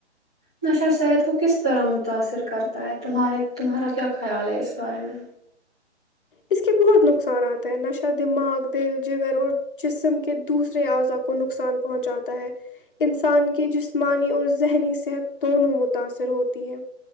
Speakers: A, in the centre; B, on the left.
A: نشہ صحت کو کس طرح متاثر کرتا ہے تمہارے تمہارا کیا خیال ہے اس بارے میں
B: اس کے بہت نقصاناتتا ہے نشہ دماغ دل جگر اور جسم کے دوسرے اعضاء کو نقصان پہنچاتا ہے انسان کی جسمانی اور ذہنی صحت دونوں متاثر ہوتی ہے